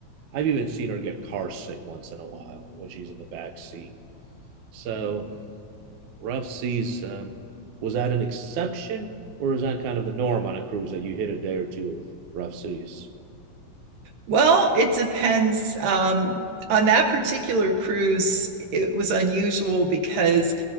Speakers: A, on the right; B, on the right.
A: I've even seen her get car sick once in a while when she's in the back seat. So rough seas um, was that an exception or is that kind of the norm on a cruise that you hit a day or two of rough seas?
B: Well, it depends. Um, on that particular cruise, it was unusual because